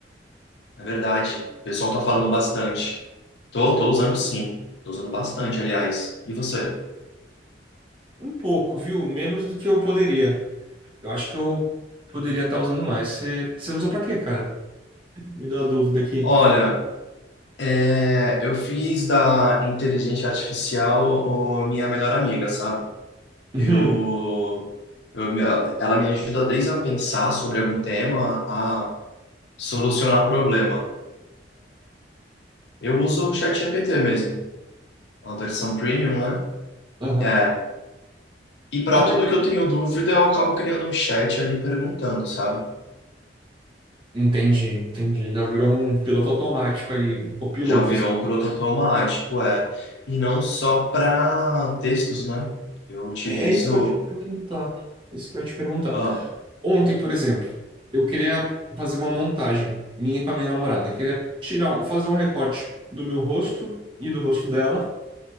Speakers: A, on the left; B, on the right.
A: É verdade. O pessoal tá falando bastante. Tô, tô usando sim. Tô usando bastante, aliás. E você?
B: Um pouco, viu? Menos do que eu poderia. Eu acho que eu poderia estar usando mais. Você você usa pra quê, cara? Me deu a dúvida aqui.
A: Olha, é, eu fiz da inteligência artificial o- minha melhor amiga, sabe?
B: <laughs>
A: Eu,
B: Uhum.
A: eu, me- ela me ajuda desde a pensar sobre algum tema a solucionar problema. Eu uso o ChatGPT mesmo, a versão premium, né?
B: Aham.
A: É, e para
B: Caralho.
A: tudo que eu tenho dúvida, eu acabo criando um chat ali perguntando, sabe?
B: Entendi, entendi. Já virou um piloto automático ali, um copiloto.
A: Já virou um piloto automático, é. E não só para textos, né? Eu utilizo.
B: É é isso que eu ia te perguntar. É isso que eu ia te perguntar.
A: Ah,
B: Ontem, por exemplo, eu queria fazer uma montagem minha com a minha namorada. Eu queria tirar, um- fazer um recorte do meu rosto e do rosto dela,